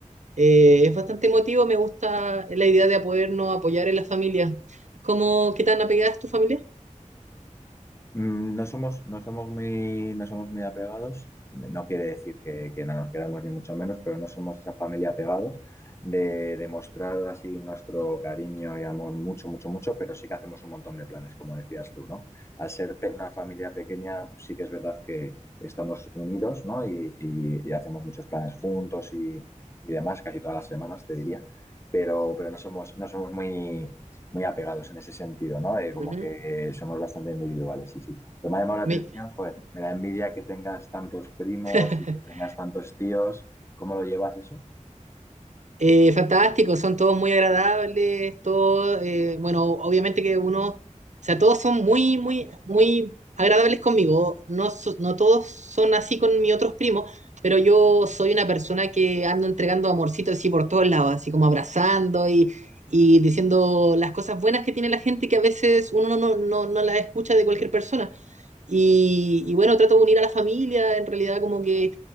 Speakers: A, on the right; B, on the left.
A: Eh, es bastante emotivo, me gusta la idea de podernos apoyar en la familia. ¿Cómo, qué tan apegada es tu familia?
B: Mm, No somos, no somos muy, no somos muy apegados. No quiere decir que, que no nos quedamos ni mucho menos, pero no somos esa familia apegados de demostrar así nuestro cariño y amor mucho, mucho, mucho, pero sí que hacemos un montón de planes, como decías tú, ¿no? Al ser pe- una familia pequeña, sí que es verdad que estamos unidos, ¿no? Y, y- y hacemos muchos planes juntos y, y demás, casi todas las semanas, te diría. Pero, pero no somos, no somos muy muy apegados en ese sentido, ¿no? Eh, como
A: Ujú.
B: que somos bastante individuales, sí, sí. Pero me ha llamado la atención,
A: Mi-
B: joder, me da envidia que tengas tantos primos
A: <laughs>
B: y que tengas tantos tíos. ¿Cómo lo llevas eso?
A: Eh, fantástico, son todos muy agradables, todos, eh, bueno, obviamente que uno, o sea, todos son muy, muy, muy agradables conmigo, no, so- no todos son así con mis otros primos, pero yo soy una persona que ando entregando amorcitos así por todos lados, así como abrazando y, y diciendo las cosas buenas que tiene la gente que a veces uno no, no, no no las escucha de cualquier persona. Y, y bueno, trato de unir a la familia, en realidad como que